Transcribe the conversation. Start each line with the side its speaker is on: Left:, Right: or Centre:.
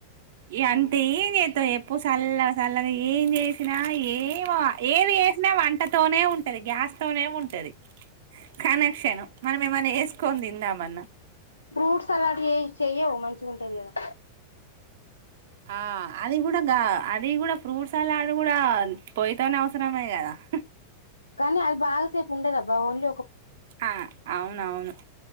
Right: ఇగ
Left: ఉమ్.
Right: అంత ఏం చేస్తావూ చెప్పు చల్ల చల్లగ ఏం చేసినా ఏవ ఏది వేసినా వంటతోనే ఉంటది గ్యాస్ తోనే ఉంటది కనెక్షన్ మనం ఏమన్నా చేసుకొని తిందామన్నా
Left: ఫ్రూట్స్ సలాడ్ చెయ్ చెయ్యవు మంచిగా ఉంటాది కదా
Right: ఆ అది కూడా గా అది కూడా ఫ్రూట్ సలాడ్ కూడా పొయ్యితోనే అవసరమే కదా <inaudible>
Left: కానీ అది బాగాసేపు ఉండదబ్బా ఓన్లీ ఒక
Right: ఆ అవునవును